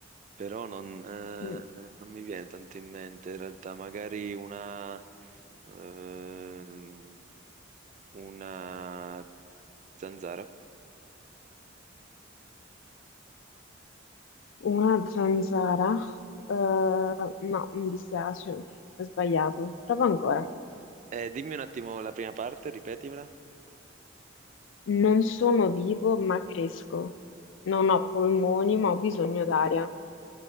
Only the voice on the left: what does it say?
Mm,
Una zanzara? Eh, no, mi dispiace, ho sbagliato. Prova ancora.
Non sono vivo, ma cresco. Non ho polmoni, ma ho bisogno d'aria.